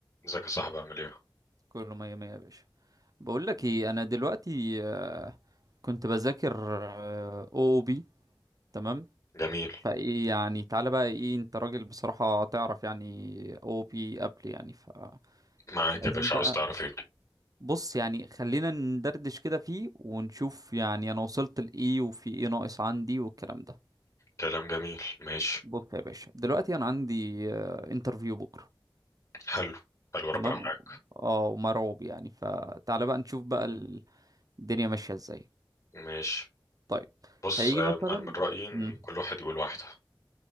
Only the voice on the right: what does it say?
كله مية مية يا باشا بقول لك ايه انا دلوقتي آه، كنت بذاكر او بي تمام
فايه يعني تعالى بقى ايه انت راجل بصراحة تعرف يعني او بي قبل يعني فعايزين
بقى
بص يعني خلينا ندردش كده فيه ونشوف يعني انا وصلت لايه وفي ايه ناقص عندي والكلام ده
بص يا باشا دلوقتي انا عندي انترفيو بكرة
تمام
اه ومرعوب يعني فتعالى بقى نشوف بقى الدنيا ماشية ازاي
طيب
هيجي
مثلا
مم.